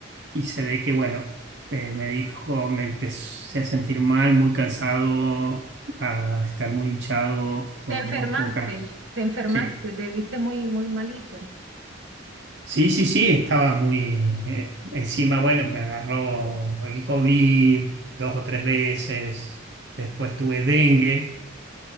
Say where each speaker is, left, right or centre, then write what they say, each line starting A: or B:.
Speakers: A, on the right; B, on the right.
A: Y se ve que, bueno, eh, me dijo, me empecé a sentir mal, muy cansado, a estar muy hinchado, con
B: Te enfermaste,
A: muy pocas.
B: te enfermaste,
A: Sí.
B: te viste muy, muy malito.
A: Sí, sí, sí, estaba muy eh, encima, bueno, me agarró el COVID dos o tres veces, después tuve dengue